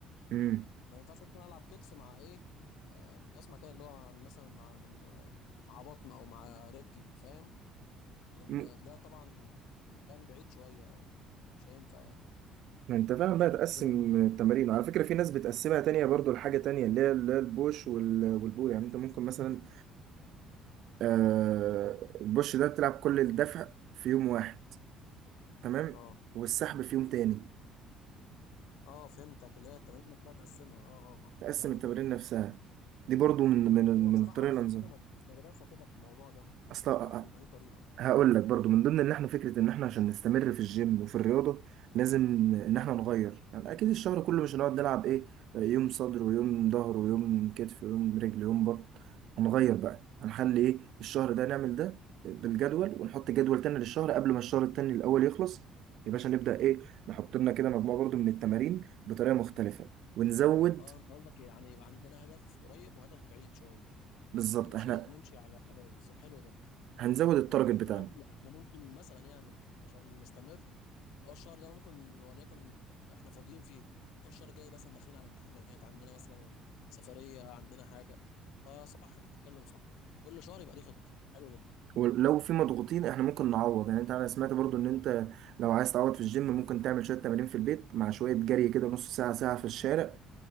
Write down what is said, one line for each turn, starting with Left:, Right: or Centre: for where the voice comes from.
Right: امم
Left: ما ينفعش مثلا العب كتف مع ايه آه كنت بسمع كده اللي هو عن مثلا عن آه، مع بطن او مع رجل فاهم لان
Right: أمم.
Left: ده طبعا مكان بعيد شويه او مش هينفع يعني
Right: ما أنت فعلا
Left: عشان
Right: بقى تقسم
Left: الدنيا
Right: التمارين وعلى فكرة في ناس بتقسمها تانية برضو لحاجة تانية اللي هي اللي هي البوش وال- والبول يعني أنت ممكن مثلا آه، البوش ده بتلعب كل الدفع في يوم واحد تمام
Left: اه
Right: والسحب في يوم تاني
Left: اه فهمتك اللي هي التمارين نفسها تقسمها اه اه اه
Right: فتقسم
Left: حلو
Right: التمارين
Left: ده
Right: نفسها دي برضو من من
Left: هو بصراحة
Right: من الطريقه
Left: في
Right: الانظمه
Left: كذا مد- مدرسة كده في الموضوع ده
Right: اصلا
Left: يعني كل واحد بيبقى ليه طريقة
Right: هقول لك برضو من ضمن ان احنا فكره ان احنا عشان نستمر في الجيم وفي الرياضه لازم ان
Left: اه
Right: احنا نغير يعني اكيد الشهر كله مش هنقعد نلعب ايه يوم صدر ويوم ظهر ويوم كتف ويوم رجل ويوم بطن هنغير بقى هنخلي ايه الشهر ده نعمل ده بالجدول ونحط جدول تاني للشهر قبل ما الشهر التاني الاول يخلص يا باشا نبدا ايه نحط لنا كده مجموعه برضو من التمارين بطريقه مختلفه ونزود
Left: اه انت قصدك يعني يبقى عندنا هدف قريب وهدف بعيد شوية
Right: بالظبط
Left: وكل
Right: احنا
Left: شهر بنمشي على اه بالظبط. حلو ده
Right: هنزود التارجت
Left: وبرضه كمان
Right: بتاعنا
Left: احنا ممكن مثلا يعني عشان نستمر اللي هو الشهر ده ممكن وليكن احنا فاضيين فيه ممكن الشهر الجاي مثلا داخلين على امتحانات عندنا مثلا سفرية عندنا حاجة فصح انت بتتكلم صح كل شهر يبقى ليه خطة حلو ده
Right: ولو في مضغوطين احنا ممكن نعوض يعني انت انا سمعت برضو ان انت لو عايز تعوض في الجيم ممكن تعمل شوية تمارين في البيت مع شوية جري كده نص ساعة ساعة في الشارع